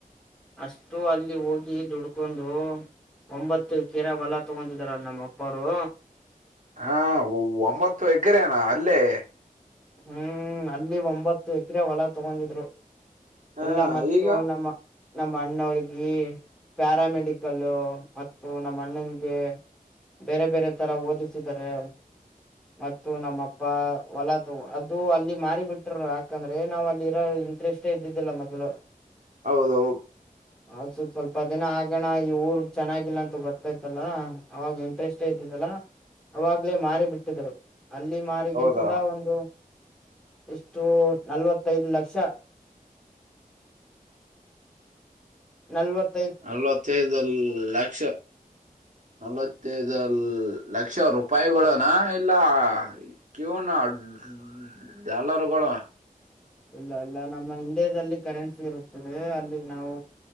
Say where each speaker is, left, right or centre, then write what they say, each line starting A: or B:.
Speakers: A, in the centre; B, on the right.
A: ಅಷ್ಟು ಅಲ್ಲಿ ಹೋಗಿ ದುಡ್ಕೊಂಡು ಒಂಬತ್ತು ಕೀರಾ ಒಲ ತಗೊಂದಿದಾರಲ್ಲ ನಮ್ಮ ಅಪ್ಪರು
B: ಹಾ ಒ-ಒಂಬತ್ತು ಎಕರೇನಾ ಅಲ್ಲೇ
A: ಹ್ಮೂ ಅಲ್ಲಿ ಒಂಬತ್ತು ಎಕರೆ ಹೊಲ ತಗೊಂದಿದ್ರು
B: ಹಾ
A: ಎಲ್ಲಾ ಮತ್ತು
B: ಈಗ
A: ನಮ ನಮ್ಮ ಅಣ್ಣವ್ರಿಗಿ ಪ್ಯಾರಾಮೆಡಿಕಲ್ ಮತ್ತು ನಮ್ಮ ಅಣ್ಣಂಗೆ ಬೇರೆ ಬೇರೆ ತರ ಓದಿಸಿದರೆ ಮತ್ತು ನಮ್ಮಪ್ಪ ಹೊಲ ಅದು ಅಲ್ಲಿ ಮಾರಿ ಬಿಟ್ರ ಯಾಕಂದ್ರೆ ನಾವ್ ಅಲ್ಲಿ ಇರ ಇಂಟ್ರೆಸ್ಟೇ ಇದ್ದಿದ್ದಿಲ್ಲಾ ಮೊದಲು
B: ಔದೌದ
A: ಅದ್ ಸ್ವಲ್ಪ ಸ್ವಲ್ಪ ದಿನ ಆಗಣ ಈ ಊರ್ ಚೆನ್ನಾಗಿಲ್ಲ ಅಂತ ಗೊತ್ತೈತಲ್ಲ ಅವಾಗ ಇಂಟ್ರೆಸ್ಟೆ ಇದ್ದಿದಿಲ್ಲ ಅವಾಗ್ಲೆ ಮಾರಿ ಬಿಟ್ಟಿದ್ದರು ಅಲ್ಲಿ ಮಾರಿಗೆಸಿಂದ
B: ಹೌದಾ
A: ಒಂದು ಇಷ್ಟು ನಲ್ವತ್ತೈದ ಲಕ್ಷ ನಲ್ವತ್ತ್
B: ನಲ್ವತ್ತೈದ ಲ-ಲಕ್ಷ ನಲ್ವತ್ತೈದಲ್ ಲಕ್ಷ ರೂಪಾಯಿಗಳನಾ ಇಲ್ಲ <unintelligible> ದೆಲ್ಲರಗೋಳಾ <unintelligible>
A: ಇಲ್ಲ ಇಲ್ಲ ನಮ್ಮ ಇಂಡಿಯಾದಲ್ಲಿ ಕರೆನ್ಸಿ ಇರುತ್ತದೆ ಅಲ್ಲಿ ನಾವು